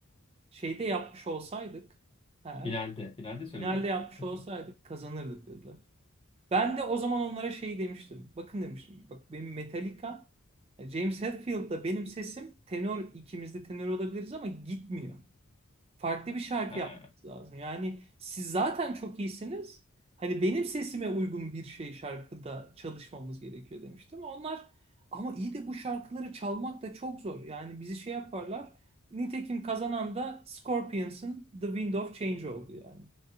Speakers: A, on the right; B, on the left.
A: şeyde yapmış olsaydık eğer
B: Finalde. Finalde söyledi.
A: finalde yapmış
B: Kaç
A: olsaydık
B: o?
A: kazanırdık dediler. Ben de o zaman onlara şey demiştim. Bakın demiştim. Bak benim Metallica, James Hetfield'da benim sesim tenor ikimiz de tenor olabiliriz ama gitmiyor. farklı bir şarkı
B: Ha.
A: yapmanız lazım. Yani siz zaten çok iyisiniz. Hani benim sesime uygun bir şey şarkıda çalışmamız gerekiyor demiştim. Onlar ama iyi de bu şarkıları çalmak da çok zor. Yani bizi şey yaparlar. Nitekim kazanan da Scorpions'ın The Wind of Change oldu yani.